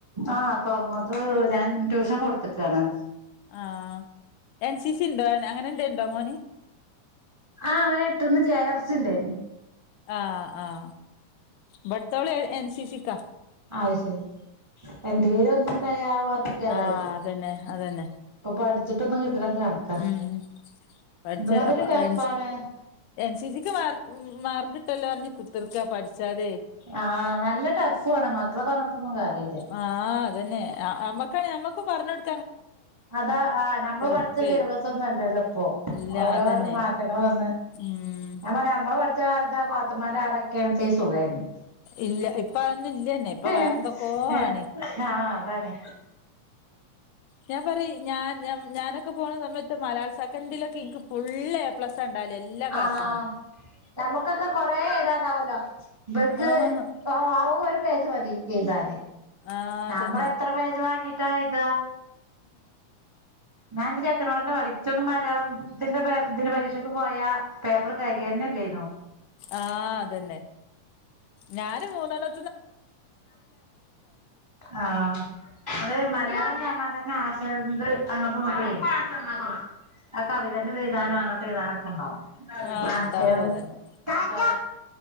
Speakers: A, on the right; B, on the left.
A: ആഹ തുറന്നട്ടള്ള ഞാൻ ട്യൂഷൻ കൊടുത്തക്കാണ്
B: ആഹ എൻ സി സി ഇണ്ടോ അങ്ങനെന്തേണ്ടോ മോന്
A: ആഹ് അവന് എട്ടിന്ന് ജെ ആർസിന്റൊയിരുന്നു
B: ആഹ ആഹ് ബടുത്തോള് എൻ സി സിക്ക.
A: അത് ശരി എന് പേര് ഒന്നണ്ടായ ആ പറ്റതായി
B: ആഹ് അതന്നെ അതന്നെ
A: ഇപ്പൊ പഠിച്ചിട്ടൊന്നും കിട്ടലൊക്കെ കണക്കാ
B: ഉം പഠിച്ച
A: തുമാതിരി ടഫാണ്.
B: എൻ സി സിക്ക് മാർക്ക് മാർക്ക് ഇട്ടല്ലോ അറിഞ്ഞ് കുത്തിർക്ക പഠിച്ചാതെ
A: ആഹ് നല്ല ടഫു ആണ് മക്കളെ പറഞ്ഞിട്ടൊന്നും കാര്യല്ല
B: ആ അതന്നെ അമ്മക്കാണ് മ്മക്കും പറഞ്ഞട്
A: അതാ ആഹ് നമ്മള് പഠിച്ച
B: ബുക്കേ
A: സിലബസൊന്നു അല്ലല്ലപ്പോ.
B: ഇല്ല
A: ഓരോരും
B: അതന്നെ
A: മാറ്റങ്ങൾ വന്ന്
B: ഉം
A: ഞ പറ നമ്മള് പഠിച്ച കാലത്ത് പാത്തമാടെ ആടൊക്കെച്ച സുഖമായിരുന്നു
B: ഇല്ല ഇപ്പ അതൊന്നും ഇല്ലന്നെ ഇപ്പൊ
A: ആഹ്
B: വേറെന്തൊക്കോ ആണ്
A: അതാണ്
B: ഞാൻ പറ ഞാൻ ഞ ഞാനൊക്കെ പോണ സമ്മ ഇ മലയാള സെക്കൻഡിലൊക്കെ എനിക്ക് ഫുള് എ പ്ലസ് ഉണ്ടാവല് എല്ലാക്ലാസ്സ്ന്നും
A: ആഹ് നമ്മുക്കൊക്കെ കൊറേ ഏതാണ്ടാവല്ലോ ബൾക്ക്
B: ആഹ്
A: ആ ആവ്പ ഒരു പേജ മതി ത
B: ആഹ്
A: നമ്മള്
B: അതന്നെ
A: എത്ര പേജ് വാങ്ങീട്ടാ എഴ്താ ഞാൻ എന്റെ ചെക്കനോട്ന്നെ ച്ചൊന്നും മലയാളത്തിന്റെ ദിന പരീക്ഷക്ക് പോയാ പേപ്പർ തേകയന്നെല്ലേനോ
B: ആഹ് അതന്നെ ഞാന് മൂന്നോല്ല
A: ആഹ് അതെ മലയാളം പറഞ്ഞാ തന്നെ ആശയണ്ട് അങ്ങോട്ട നോക്ക ആ കവിതയുടെതഴതാനോ അങ്ങട്ട്ഴതാനൊ <unintelligible>
B: ആഹ് ഇണ്ടാവും അതന്നെ
A: ച്ച